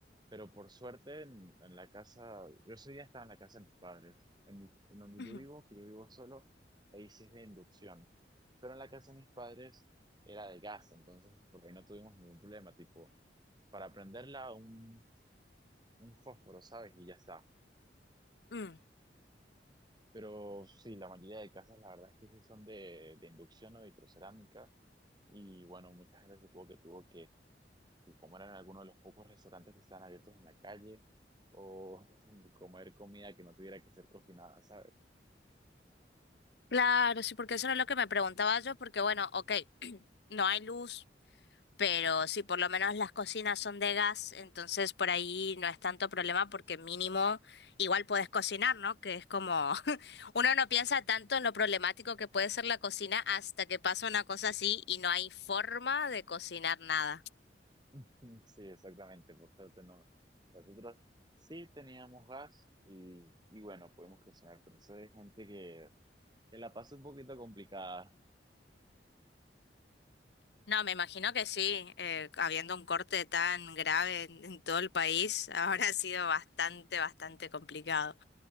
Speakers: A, on the right; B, on the left.
A: pero por suerte en, en la casa, yo ese día estaba en la casa de mis padres, en, mi- en donde
B: Ujú,
A: yo vivo, que yo vivo solo, ahí sí es de inducción, pero en la casa de mis padres era de gas, entonces por ahí no tuvimos ningún problema, tipo, para prenderla un, un fósforo, ¿sabes? Y ya está.
B: mm, mm.
A: Pero sí, la mayoría de casas la verdad es que sí son de, de inducción o vitrocerámica. Y bueno, mucha gente supongo que tuvo que comer en alguno de los pocos restaurantes que estaban abiertos en la calle o <laughs> comer comida que no tuviera que ser cocinada, ¿sabes?
B: Claro, sí, porque eso era lo que me preguntaba yo, porque bueno, ok, <clears throat> no hay luz. Pero sí, por lo menos las cocinas son de gas, entonces por ahí no es tanto problema porque mínimo igual puedes cocinar, ¿no? Que es como <laughs> uno no piensa tanto en lo problemático que puede ser la cocina hasta que pasa una cosa así y no hay forma de cocinar nada.
A: <laughs> Sí, exactamente, por suerte no. Nosotros sí teníamos gas y, y bueno, podemos cocinar, pero eso es gente que, que la pasa un poquito complicada.
B: No, me imagino que sí, eh, habiendo un corte tan grave en, en todo el país, <laughs> ahora ha sido bastante, bastante complicado.